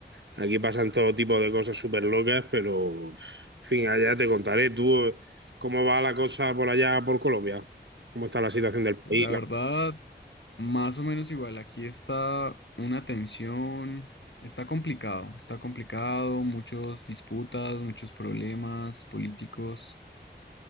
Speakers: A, on the right; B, on the left.
A: aquí pasan todo tipo de cosas súper locas, pero pf, en fin, allá te contaré tú cómo va la cosa por allá, por Colombia, cómo está la situación del país.
B: La
A: La-
B: verdad, más o menos igual. Aquí está una tensión, está complicado, está complicado, muchos disputas, muchos problemas políticos